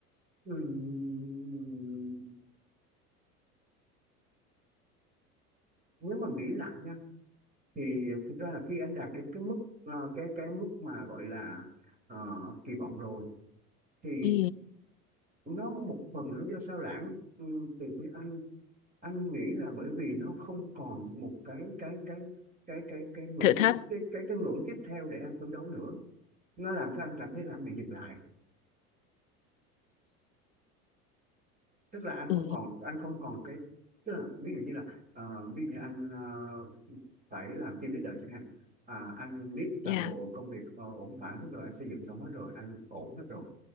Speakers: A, on the right; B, on the left.
A: Ừm, nếu mà nghĩ lại nha thì thực ra là khi anh đạt đến cái mức ờ, cái cái mức mà gọi là ờ, kỳ vọng rồi thì
B: Ừ,
A: nó một phần nó do sao lãng ừm, từ phía anh anh nghĩ là bởi vì nó không còn một cái cái cái cái cái cái ngưỡng
B: thử thách.
A: cái cái cái ngưỡng tiếp theo để anh phấn đấu nữa nó làm cho anh cảm thấy là anh bị dừng lại tức là anh không
B: Ừ,
A: còn anh không còn cái tức là ví dụ như là ờ, ví dụ như anh ờ, phải làm team leader chẳng hạn à, anh biết toàn
B: dạ,
A: bộ công việc ờ, ổn thỏa hết rồi anh xây dựng xong hết rồi anh ổn hết rồi